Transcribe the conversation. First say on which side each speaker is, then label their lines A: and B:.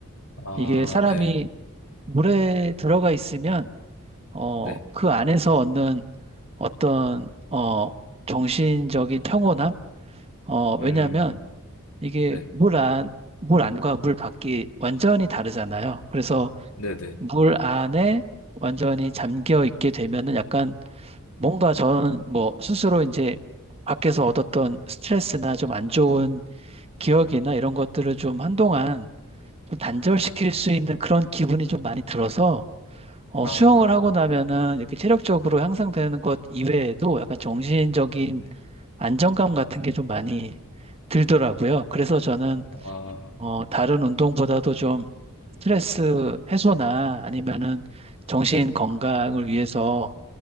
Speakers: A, on the left; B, on the right.
A: 아,
B: 이게 사람이
A: 네.
B: 물에 들어가 있으면 어,
A: 네.
B: 그 안에서 얻는 어떤 어, 정신적인 평온함? 어, 왜냐하면
A: 음,
B: 이게
A: 네.
B: 물 안, 물 안과 물 밖이 완전히 다르잖아요. 그래서
A: 네, 네.
B: 물 안에 완전히 잠겨 있게 되면은 약간 뭔가 전 뭐 스스로 이제 밖에서 얻었던 스트레스나 좀 안 좋은 기억이나 이런 것들을 좀 한동안 좀 단절시킬 수 있는 그런 기분이 좀 많이 들어서 어,
A: 아,
B: 수영을 하고 나면은 이렇게 체력적으로 향상되는 것 이외에도 약간 정신적인
A: 네.
B: 안정감 같은 게 좀 많이 들더라고요. 그래서 저는
A: 아,
B: 어, 다른 운동보다도 좀 스트레스 해소나 아니면은 정신
A: 네.
B: 건강을 위해서